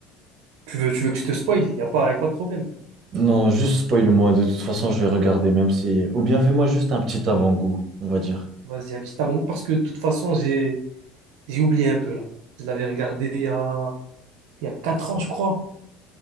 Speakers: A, on the right (about 85°); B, on the right (about 50°).
A: Tu veux tu veux que je te spoil? Il y a pas y a pas de problème.
B: Non, juste spoil-moi. De toute façon, je vais regarder, même si. Ou bien fais-moi juste un petit avant-goût, on va dire.
A: Vas-y, un petit avant parce que de toute façon j'ai j'ai oublié un peu là. Je l'avais regardé il y a il y a quatre ans je crois.